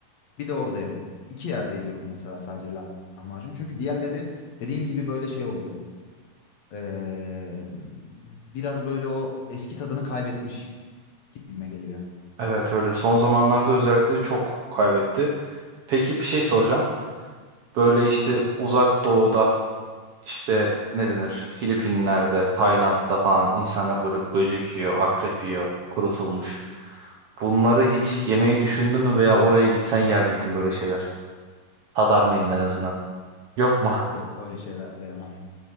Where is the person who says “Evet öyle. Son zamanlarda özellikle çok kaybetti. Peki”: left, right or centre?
Right